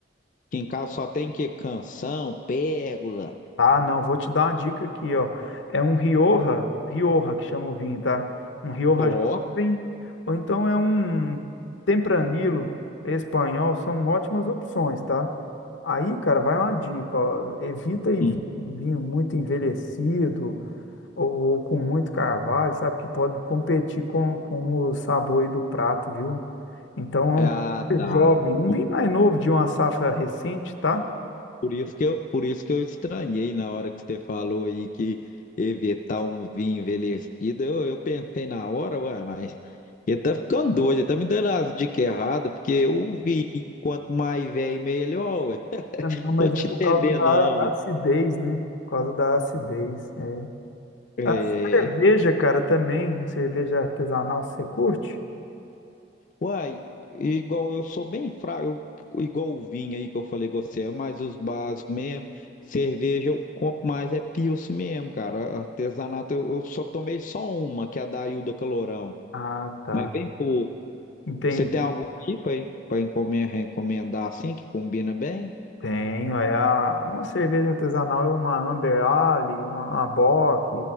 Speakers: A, on the left; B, on the left.
A: aqui em casa só tem que canção, pérgola.
B: Tá, não, vou te dar uma dica aqui, ó. É um Rioja, Rioja que chama o vinho, tá? Um Rioja
A: Ó.
B: jovem, ou então é um Tempranilo espanhol, são ótimas opções, tá? Aí, cara, vai uma dica, ó. Evita ir
A: Hum.
B: vi- um vinho muito envelhecido ou, ou com muito carvalho, sabe? Que pode competir com, com o sabor aí do prato, viu? Então é
A: Ah,
B: um vinho
A: tá.
B: jovem, um
A: Por,
B: vinho mais novo de uma safra recente, tá?
A: por isso que eu, por isso que eu estranhei na hora que você falou aí que evitar um vinho envelhecido. Eu, eu pensei na hora, ué, mas ele tá ficando doido, ele tá me dando as dicas erradas, porque o vinho, quanto mais velho, melhor, ué.
B: É, Não, mas
A: Tô te
B: é por
A: entendendo,
B: causa da
A: não. ué.
B: acidez, né? Por causa da acidez. É.
A: É.
B: A cerveja, cara, também. Cerveja artesanal, você curte?
A: Uai, igual eu sou bem fraco, eu- igual o vinho aí que eu falei com você, é mais os básicos mesmo. Cerveja eu compro mais, é Pilsen mesmo, cara. Artesanato eu, eu só tomei só uma, que é a da Ilda Calorão,
B: Ah, tá.
A: mas bem pouco.
B: Entendi.
A: Você tem alguma aí pra, pra encomen- recomendar assim, que combina bem?
B: Tenho, é a, uma cerveja artesanal e uma Amber Ale, uma, uma Bock,